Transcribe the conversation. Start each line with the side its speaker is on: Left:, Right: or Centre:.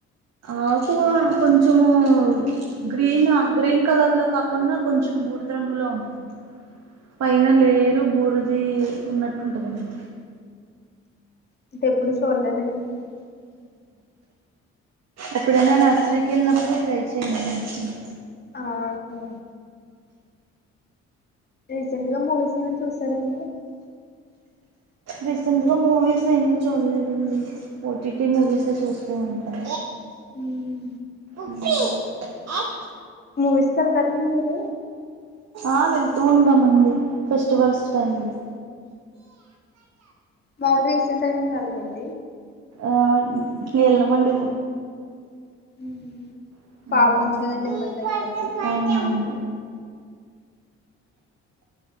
Right: ఆకువా కొంచెమూ గ్రీన్ గ్రీన్ కలర్ లొ కాకుండా కొంచెం బూడిద రంగులో ఉంటదండి పైన లేయరు బూరిదీ ఉన్నట్టుంటదండి
Left: అంటే ఎప్పుడు చూడలేదండి
Right: ఎప్పుడనైనా నర్సరీక్ కెల్నప్పుడు ట్రై చేయండి
Left: ఆ సరే రీసెంట్ గా మూవీస్ ఏవైన చూసారండీ
Right: రీసెంట్గా మూవీస్ ఏమి చూడ్లేదండి ఓటిటి మూవీసె చూస్తూ ఉంటాం
Left: మ్
Right: <unintelligible>
Left: మూవీస్కెళ్తారండి మీరు
Right: ఆ వెళ్తూ ఉంటామండి ఫెస్టివల్స్ టైమ్ లో
Left: మాముల్గా రీసెంట్ టైమ్ లొ వెల్రండి
Right: ఆ ఎల్లమండి
Left: మ్
Right: అవునండి
Left: పాప ఉంది కదండి ఇబ్బంది అయిపోద్ది